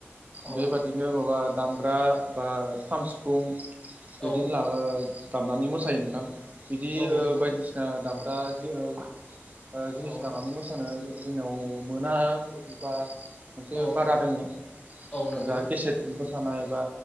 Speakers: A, on the left; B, on the right.
A: औ
B: बेबादिनो माबा दामग्रा बा खाम सिफुं
A: औ
B: बिदिनो ला ओ दामनानै मोसायो नोंथां बिदि
A: औ
B: ओ
A: नंगौ
B: बायदिसिना दामग्रा जि ओ ओ जिनिस
A: औ
B: गानानै मोसानो जोंनियाव मोना बिबा मोनसे
A: औ
B: बादा दोङो
A: औ नंगौ
B: जा केसेट सानाय बा